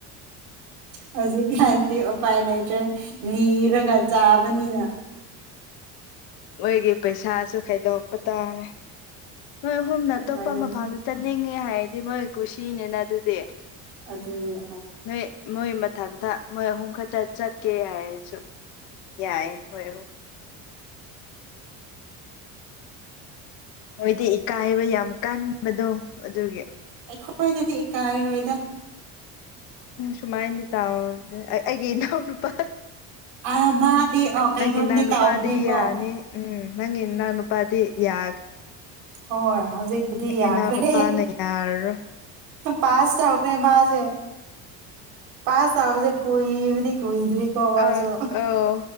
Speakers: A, on the right; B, on the left.
A: ꯍꯧꯖꯤꯛꯀꯤ ꯍꯥꯟꯗꯤ ꯎꯄꯥꯏ ꯂꯩꯇ꯭ꯔꯦ ꯅꯤꯔꯒ ꯆꯥꯕꯅꯤꯅ
B: ꯃꯣꯏꯒꯤ ꯄꯩꯁꯥꯁꯨ ꯈꯥꯏꯗꯣꯛꯄ ꯇꯥꯔꯦ ꯃꯣꯏ ꯑꯍꯨꯝꯅ
A: ꯎꯄꯥꯏ
B: ꯑꯇꯣꯞꯄ
A: ꯂꯩꯇ꯭ꯔꯦ
B: ꯃꯐꯝꯗ ꯆꯠꯅꯤꯡꯉꯦ ꯍꯥꯏꯔꯗꯤ ꯃꯣꯏ ꯀꯨꯁꯤꯅꯤꯅ ꯑꯗꯨꯗꯤ
A: ꯑꯗꯨ ꯍꯣꯏ
B: ꯅꯣꯏ ꯃꯣꯏ ꯃꯊꯟꯇ ꯃꯣꯏ ꯑꯍꯨꯝ ꯈꯛꯇ ꯆꯠꯀꯦ ꯍꯥꯏꯔꯁꯨ ꯌꯥꯏꯏ ꯍꯣꯏ ꯃꯣꯏꯗꯤ ꯏꯀꯥꯏꯕ ꯌꯥꯝ ꯀꯟꯕꯗꯣ ꯑꯗꯨꯒꯤ
A: ꯑꯩꯈꯣꯏꯗꯗꯤ ꯀꯥꯏꯔꯣꯏꯗ
B: ꯁꯨꯃꯥꯏ ꯇꯥꯎ ꯑꯩꯒꯤ ꯏꯅꯥꯎ ꯅꯨꯄꯥ
A: ꯑꯥ ꯃꯥꯗꯤ ꯑꯥ ꯀꯩꯅꯣꯝꯗꯤ
B: ꯅꯪꯒꯤꯅꯥ ꯅꯨꯄꯥꯗꯤ
A: ꯇꯥꯎꯕꯅꯦꯀꯣ
B: ꯌꯥꯅꯤ ꯎꯝ ꯅꯪ ꯏꯅ ꯑꯟꯄꯗꯤ ꯌꯥ
A: ꯍꯣꯏ ꯍꯧꯖꯤꯛꯄꯗꯤ ꯌꯥꯈ꯭ꯔꯦ
B: ꯏꯅꯥꯎꯅꯨꯄꯥꯅ ꯌꯥꯔꯔꯣꯏ
A: ꯄꯥꯁ ꯊ ꯑꯣꯈꯔ ꯃꯥꯁꯦ ꯄꯁꯕꯗ ꯀꯏꯔꯤ ꯀꯏꯗꯔꯤ ꯀꯣꯖ
B: ꯑꯥ ꯑꯧ